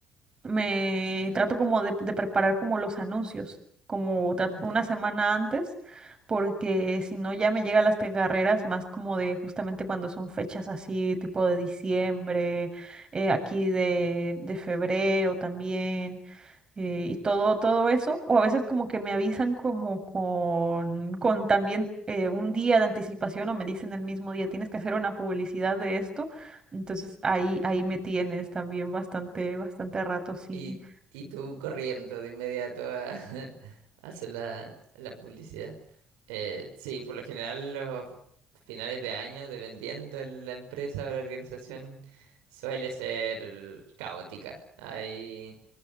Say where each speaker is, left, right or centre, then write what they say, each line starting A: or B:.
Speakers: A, on the right; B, on the right.
A: me trato como de, de preparar como los anuncios, como tra-
B: No entiendo.
A: una semana antes, porque si no ya me llegan las que- carreras más como de justamente cuando son fechas así, tipo de diciembre, eh, aquí de, de febrero también eh, y todo, todo eso, o a veces como que me avisan como con, con también eh, un día de anticipación o me dicen el mismo día, tienes que hacer una publicidad de esto, entonces ahí, ahí me tienes también bastante, bastante rato, sí.
B: Y, y tú corriendo de inmediato a, <laughs> a hacer la, la publicidad. Eh, sí, por lo general los finales de año, dependiendo de la empresa o la organización, suele ser caótica. Hay